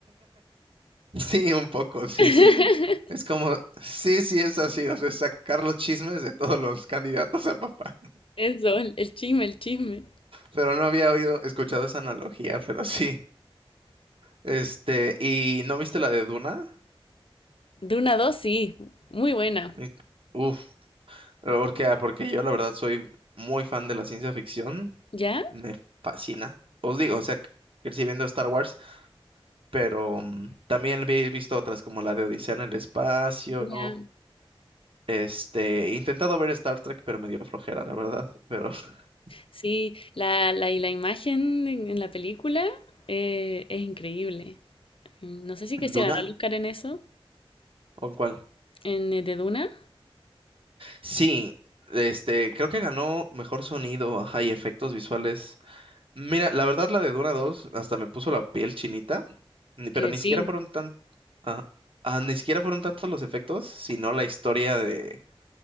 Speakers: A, on the right; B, on the left.
A: Sí, un poco, sí,
B: <laughs>
A: sí. Es como, sí, sí, es así, o sea, sacar los chismes de todos los candidatos a papá.
B: Eso, el, el chisme, el chisme.
A: Pero no había oído, escuchado esa analogía, pero sí. Este, ¿y no viste la de Duna?
B: De una dos, sí, muy buena.
A: Y- Uf, Porque, ah, porque yo la verdad soy muy fan de la ciencia ficción.
B: ¿Ya?
A: Me fascina. Os digo, o sea, crecí viendo Star Wars, pero mm, también he visto otras como la de Odisea en el espacio.
B: Ya.
A: Este, he intentado ver Star Trek, pero me dio flojera, la verdad. Pero, <laughs>
B: Sí, la, la, y la imagen en, en la película eh, es increíble. Mm, No sé si que se
A: ¿Duna?
B: ganó el Oscar en eso,
A: ¿O cuál?
B: en eh, de Duna.
A: Sí, este, creo que ganó mejor sonido, ajá, y efectos visuales Mira, la verdad la de Duna dos hasta me puso la piel chinita, ni- pero
B: Que
A: ni
B: sí.
A: siquiera fueron tan, ah, ah, ni siquiera fueron tantos los efectos, sino la historia de